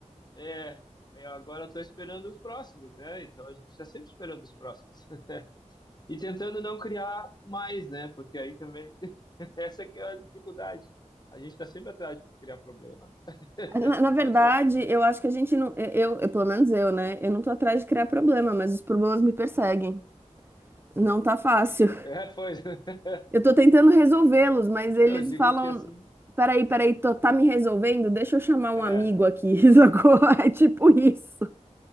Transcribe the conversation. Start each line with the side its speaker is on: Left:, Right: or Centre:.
Left: é, eu agora estou esperando os próximos, né? Então a gente está sempre esperando os próximos <laughs> e tentando não criar mais, né? Porque aí também <laughs> essa que é a dificuldade. A gente está sempre atrás de criar problema, né?
Right: Na, na
Left: <laughs> Não
Right: verdade,
Left: adianta.
Right: eu acho que a gente não, eu, eu, pelo menos eu, né? Eu não tô atrás de criar problema, mas os problemas me perseguem. Não tá fácil.
Left: É, pois. <laughs>
Right: Eu tô tentando resolvê-los, mas eles
Left: Não, Eu digo
Right: falam:
Left: que assim,
Right: peraí, peraí, tô, tá me resolvendo? Deixa eu chamar um
Left: é.
Right: amigo aqui, <laughs> sacou? É tipo isso.